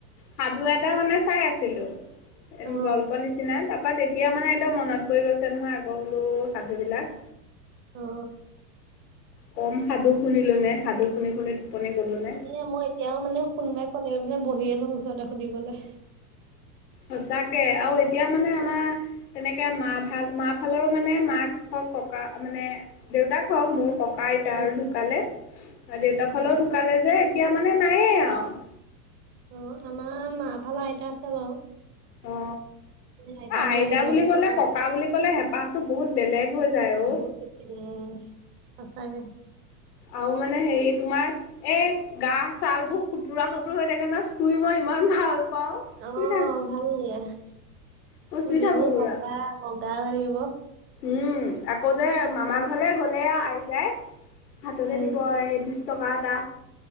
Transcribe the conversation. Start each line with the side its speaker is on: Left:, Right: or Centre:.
Left: সাধু এটা মানে চাই আছিলো এ
Right: অ',
Left: গল্প নিচিনা। তাৰাপা তেতিয়া মানে একদম মনত পৰি গৈছে নহয় আগ বোলো সাধু বিলাক।
Right: অ।
Left: কম সাধু শুনিলো নে সাধু শুনি শুনি। টোপনি গ'লো নে।
Right: এনে মই এতিয়াও মানে কোনোবাই ক'লে মানে বহিয়ে লও ওচৰতে সুধিবলৈ।
Left: সচাকে আৰু এতিয়া মানে আমাৰ তেনেকে মা ভাল মাহ ফালৰো মানে মাক হক। ককা মানে দেউতাক হওক মোৰ ককা। কা এতা
Right: উম।
Left: আৰু ঢুকালে আৰু দেউতাৰ
Right: অ',
Left: ফালেও ঢুকালে যে। এতিয়া মানে নায়ে আৰু।
Right: অ আমাৰ মা ফালা আইতা আছে বাৰু।
Left: অ। অ
Right: এ আহিলে
Left: আইতা
Right: কেতিয়াবা
Left: বুলি কলে
Right: কৰে
Left: ককা
Right: আৰু
Left: বুলি কলে হেঁপাহতো বহুত বেলেগ হৈ যায়
Right: বহুত
Left: অ।
Right: বেছি উম সঁচাকে
Left: আৰু মানে হেৰি তোমাৰ এই গা চাল বোৰ সুতুৰা সুতৰ হৈ থাকে নহয় চুই <unintelligible> ইমান ভাল পাওঁ
Right: অ
Left: চুই থাক
Right: ভাল লাগে
Left: মই
Right: চুলি
Left: চুই থাকো
Right: বোৰ
Left: পুৰা
Right: পকা বগা কৰি
Left: উম আকৌ যে মামা ঘৰলে গ'লে আইতাই হাততে
Right: উম,
Left: দিব এই বিশ টকা এটা